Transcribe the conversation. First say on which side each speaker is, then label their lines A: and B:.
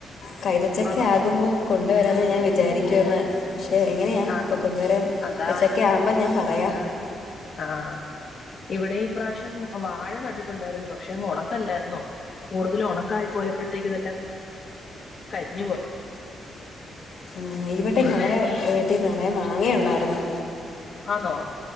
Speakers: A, on the left; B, on the left.
A: കൈതച്ചക്കയാകുമ്പോ
B: ആണോ
A: കൊണ്ടുവരാന്ന് ഞാൻ വിചാരിക്കുവാന്ന് ക്ഷേ എങ്ങനെയാ
B: ആണോ
A: ഇപ്പം കൊണ്ടുവരാൻ
B: അതാ
A: കൈച്ചക്ക ആമ്പം ഞാൻ പറയാം
B: ആഹ് ഇവിടെം ഇപ്രാശ്യം വാഴ നട്ടിട്ടൊണ്ടാരുന്നു പക്ഷെ അങ്ങ് ഒണക്കല്ലാരുന്നോ കൂടുതല് ഒണക്കായി പോയപ്പഴ്ത്തേക്ക് ഇതെല്ലാങ്ങ് കരിഞ്ഞുപോയി
A: ആഹ് ഈ വെട്ടം
B: പിന്നെ
A: ഞങ്ങടെ
B: ഈ
A: വീട്ടി നിറയെ മാങ്ങയൊണ്ടാർന്ന്
B: ആന്നോ